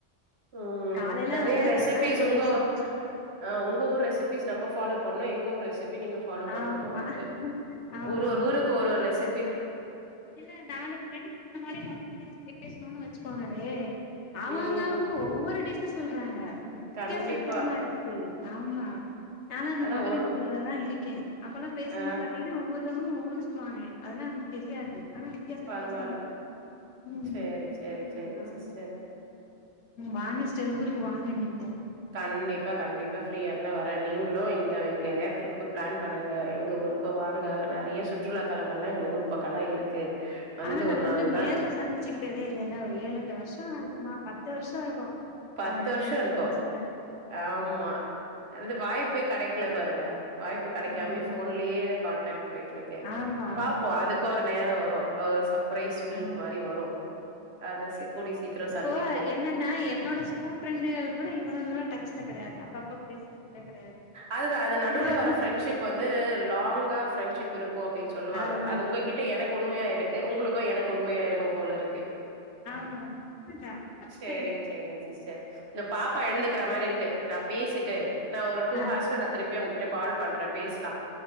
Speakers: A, on the right; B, on the left.
A: ம்
B: காலையில
A: நெறைய
B: வந்து
A: ரெசிபீஸ்
B: தக்காளி தொக்கு
A: உங்க
B: செஞ்சே
A: ஆ உங்க உங்க ஊர் ரெசிபீஸ் நம்ப ஃபாலோ பண்ணு எங்க ஊர் ரெசிப் பி நீங்க ஃபாலோ பண்ணு
B: ஆமா
A: போல இருக்கு
B: ஆமா
A: ஒரு
B: ஆமா
A: ஒரு ஊருக்கு ஒரு ஒரு ரெசிப்
B: இல்ல நாலு ஃபரெண்ட்ஸ் அது மாரி ஒண்ணா சேந்து பேச்ணுனு வச்சுக்கோங்கேளே அவங்க
A: ம்.
B: அவங்க ஒவ்வொரு டிஷ் சொல்றாங்க வித்தியாச
A: கண்டிப்பா.
B: வித்தியாசமா இருக்குது ஆமா நாலா அந்த
A: அதான்
B: மகளிர்குழுவுள
A: ஒரு
B: எல்லா இருக்கே அப்ப எல்லா பேசும்போது
A: ஆ
B: பாத்தீங்கன்னா ஒவ்வொத்தவங்களுமக்ஷ ஒவ் உன்ஸ் ஜாயின் ஆய் அதெல்லா நமக்கு தெரியாது ஆனா வித்தியாச
A: பரவால்ல
B: வித்தியாசமா வரு ம்
A: சேரி சேரி சேரிங்
B: ஆமா
A: சிஸ்டர்
B: வானஸ்டர் ஊருக்கு வாங்க நீங்க
A: கண்டிப்பா கண்டிப்பா ஃப்ரீயா இருந்தா வரே நீங்களு எங் இந்த இங்கேதையா ட்ரிப்பு பிளான் பண்ணுங்க எங்க ஊருக்கு வாங்க நறைய சுற்றுலாத்தலங்கள்லா எங்க ஊர் பக்கம்லா இருக் கு வந்து
B: ஆனா நம்ம
A: ஒரு நாலு
B: இன்னு
A: நாள்
B: நேர்ல சந்திச்சுக்கிட்டதே இல்லல்ல ஒரு ஏழு எட்டு வருஷோ இருக்குமா பத்து வருஷோ இருக்கு
A: பத்து
B: நம்ம ரெண்டு
A: வருஷ
B: பேரு
A: இருக்கு
B: ஃப்ரெண்ட்ஸ் தா
A: ஆமா அந்த வாய்ப்பே கடைக்கல பாருங்க வாய்ப்பு கடைக்காமே
B: ஆ
A: போன்லயே கான்டாக்ட் போயிட்டு இருக்கு
B: ஆமா
A: பாப்போ
B: ஆமா
A: அதுக்கு ஒரு நேர வரு சப்ரைஸ் மீட்
B: ஆ
A: மாரி வரு அத சி கூடிய சீக்கிரோ
B: இப்போ
A: சந்திப்போ
B: என்னன்னா என்னோட ஸ்கூல் ஃப்ரெண்டுகள் கூட இவ்வளவு டச்ல கடையாது அப்பப்ப பேசுறதுல கெடையாது
A: அதுதா அது நடுவுல
B: அதா
A: வர ஃப்ரெண்ட்ஷிப் வந்து லாங்கா ஃப்ரெண்ட்ஷிப் இருக் கு அப்டின்னு சொல்லுவாங்க
B: ஆமா
A: அது உங்ககிட்ட எனக்கு உண்மையா இருக்கு உங்களுக்கு எனக்கு உண்மையா இருக்கு போல இருக்கு
B: ஆமா உண்மதா அப்டிதா
A: செரிங்செரிங்
B: இருக்குது
A: சிஸ்டர் இந்த பாப்பா எழுந்துக்கற மாரி இருக்கு நான் பேசிட்டு நான் ஒரு டூ
B: ஆ
A: ஹார்ஸ்ல நான் திருப்பி உங்ககிட்ட கால் பண்ற பேசலா